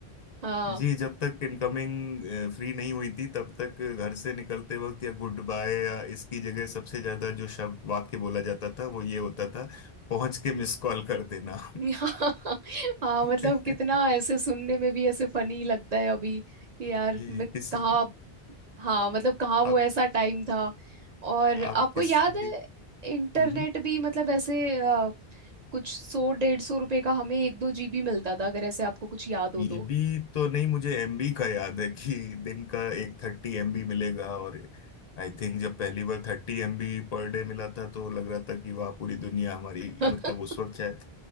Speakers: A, on the right (about 50°); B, on the left (about 55°).
A: हाँ
B: जी जब तक इनकमिंग फ्री नहीं हुई थी तब तक घर से निकलते वक्त या गुड बाय या इसकी जगह सबसे ज्यादा जो शब्द वाक्य बोला जाता था वो ये होता था पहुंच के मिस कॉल कर देना
A: <laughs> हाँ हाँ मतलब
B: <laughs>
A: कितना ऐसे सुनने में भी ऐसे फनी लगता है अभी कि यार
B: जी
A: मैं
B: किसी
A: कहाँ हाँ मतलब कहाँ वो
B: आप
A: ऐसा टाइम था और
B: आप
A: आपको
B: किसी
A: याद है
B: भी
A: इंटरनेट
B: हम्म
A: भी मतलब ऐसे अ, कुछ सौ डेढ़ सौ रुपए का हमें एक दो जीबी मिलता था अगर ऐसे आपको कुछ याद हो तो
B: एबी तो नहीं मुझे एमबी का याद है कि दिन का एक थर्टी एमबी मिलेगा और आई थिंक जब पहली बार थर्टी एमबी पर डे मिला था तो लग रहा था कि वाह पूरी दुनिया हमारी
A: <laughs>
B: मतलब उस वक्त शायद